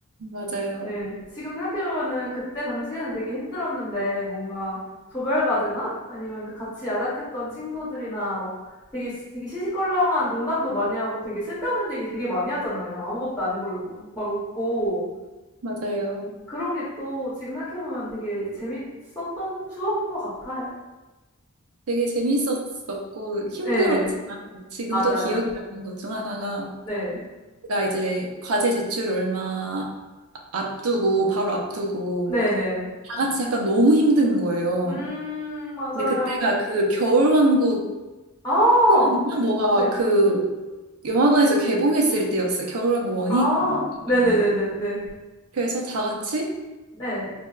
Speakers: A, on the right; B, on the left.
A: 맞아요,
B: 네. 지금 생각해 보면은 그때 당시에는 되게 힘들었는데 뭔가 조별 과제나 아니면 그 같이 야작했던 친구들이나 막 되게 시 되게 시시껄렁한 농담도 많이 하고 되게 쓸데없는 얘기 되게 많이 하잖아요. 아무것도 아닌 걸로 뭐 막 웃고.
A: 맞아요.
B: 그런 게 또 지금 생각해 보면 되게 재밌었던 추억인 것 같아요.
A: 되게 재밌었었고 힘들었지만
B: 네
A: 지금
B: 맞아요.
A: 또 기억이 나는 것 중 하나가
B: 네.
A: 제가 이제 과제 제출 얼마 앞두고 바로 앞두고
B: 네네.
A: 다 같이 약간 너무 힘든 거예요.
B: 음 맞아요.
A: 근데 그때가 그 겨울왕국
B: 아
A: 2였나? 뭐가
B: 네.
A: 그 영화관에서 개봉했을 때였어요. 겨울왕국
B: 아
A: 1이
B: 네네네네
A: 아마도.
B: 네. 네.
A: 그래서 다 같이
B: 네, 네. 네.